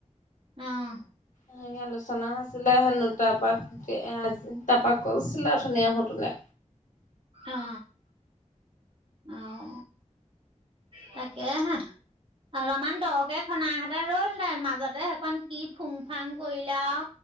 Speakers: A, on the right; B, on the left.
A: অঁ।
B: হে আলোচনা হৈছিলে হেনো তা পা কজ তাৰপাক কৈছিলে ধুনীয়া আহো তোনে।
A: অ অও তাকে হা। অলপমান দৰকে খনাহঁতে ৰল হেঁতেন মাজতে সেইখন কি ফুং ফাং কৰিলে আ।